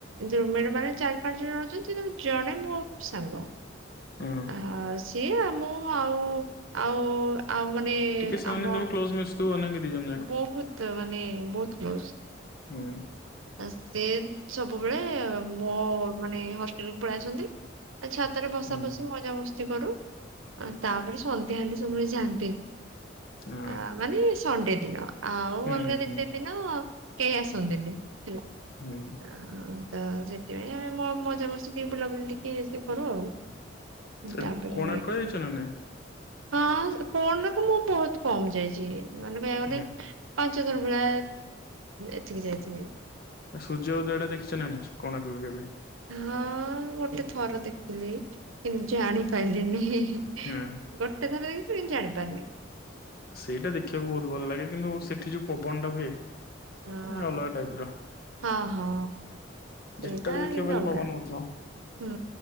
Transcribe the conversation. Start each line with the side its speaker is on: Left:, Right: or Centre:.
Right: ରୁମମେଟମାନେ ଚାରି, ପାଞ୍ଚଜଣ ଅଛନ୍ତି, ସେଥିରୁ ଜଣେ ମୋ ସାଙ୍ଗ।
Left: ହଁ।
Right: ଆ ସିଆ, ମୁଁ ଆଉ-ଆଉ-ଆଉ ମାନେ
Left: ଟିକେ
Right: ଆମ
Left: <unintelligible> ମିଶୁଥିବ <unintelligible>
Right: ବହୁତ ମାନେ ବହୁତ କ୍ଲୋଜ।
Left: ହୁଁ।
Right: ଆ ସେ ସବୁବେଳେ ମୋ ମାନେ ହଷ୍ଟେଲକୁୁ ପଳେଇ ଆସନ୍ତି। ଆଉ ଛାତରେ ବସା
Left: ହୁଁ
Right: ଫସିି ମଜାମସ୍ତି କରୁ, ଆ ତାପରେ ସନ୍ଧ୍ୟା ହେଲେ ସବୁବେଳେ ଯାଆନ୍ତି।
Left: ହଁ
Right: ଆ ମାନେ ସଣ୍ଡେ ଦିନ ଆଉ
Left: ହୁଁ
Right: ଅଲଗା
Left: ହୁଁ ହୁଁ
Right: ଦି ଦିନି ଆଉ କେହି ଆସନ୍ତିନି ହେଲା।
Left: ହୁଁ।
Right: ଆ ତ ସେଥିପାଇଁ ଆମେ ମ-ମଜାମସ୍ତି ଟିକେ ବୁଲାବୁଲି ଟିକେ ଇଏ ଶିଏ କରୁ ଆଉ। ଉଁ
Left: ଏ
Right: ତାପରେ
Left: କୋଣାର୍କ ଯାଇଛ ନା ନାଇଁ
Right: ହଁ କଣ ନାକୁ ମୁଁ ବହୁତ କମ ଯାଇଛି, ମାନେ କହିବାକୁ
Left: ହୁଁ।
Right: ଗଲେ ପାଞ୍ଚ ପାଞ୍ଚ ଥର ମେଳା ଏଥିକି ଯାଇଥିବି।
Left: ଆ ସୂର୍ଯ୍ୟ ଓ ଦୟଟା ଦେଖଛ ନା ନାଇଁ କୋଣାର୍କରୁ କେବେ?
Right: ହଁ ଗୋଟେ ଥର ଦେଖିଲି କିନ୍ ଜାଣିପାରିଲିନି।
Left: ହୁଁ।
Right: ଗୋଟେଥରରେ କିିଛି ଜାଣିପାରିନି।
Left: ସେଇଟା ଦେଖିବାକୁ ବହୁତ ଭଲ ଲାଗେ କିନ୍ତୁ ସେଠି ଯୋଉ ପବନଟା ହୁଏ।
Right: ହଁ
Left: ଅଲଗା ଟାଇପ ର।
Right: ହଁ ହଁ
Left: ଯେତେବେଳେ
Right: ସେଇଟା
Left: ଦେଖିବ
Right: ଟିକେ
Left: ଖାଲି
Right: ଅଲଗା।
Left: ପବନ ହଉଥିବ
Right: ଉଁ